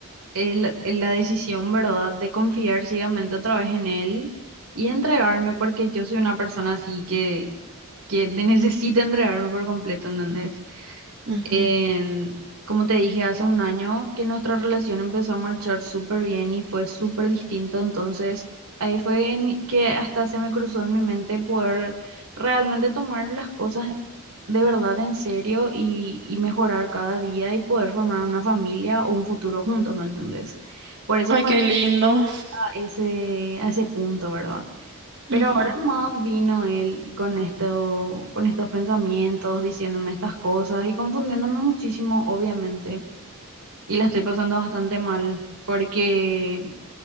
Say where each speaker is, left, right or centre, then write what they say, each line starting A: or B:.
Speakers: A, on the right; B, on the right.
A: el- el- la decisión, ¿verdad?, de confiar ciegamente otra vez en él y entregarme porque yo soy una persona así que, que necesita entregarme por completo, ¿entendés?
B: Ujú.
A: Em, como te dije, hace un año que nuestra relación empezó a marchar súper bien y fue súper distinto, entonces ahí fue en mi- que hasta se me cruzó en mi mente poder realmente tomar las cosas de verdad en serio y, y mejorar cada día y poder formar una familia o un futuro juntos, ¿me entendés? Por eso
B: Ay,
A: nomás
B: qué
A: llegué
B: lindo.
A: a ese, a ese punto, ¿verdad? Pero
B: Ujú.
A: ahora más vino él con esto, con estos pensamientos, diciéndome estas cosas y confundiéndome muchísimo, obviamente. Y la estoy pasando bastante mal porque